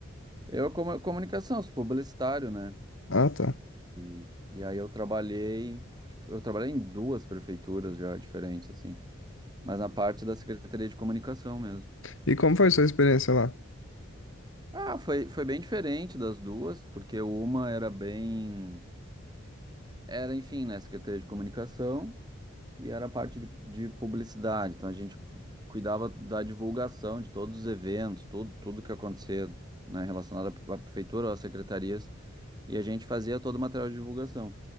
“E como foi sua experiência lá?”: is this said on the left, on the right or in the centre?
Left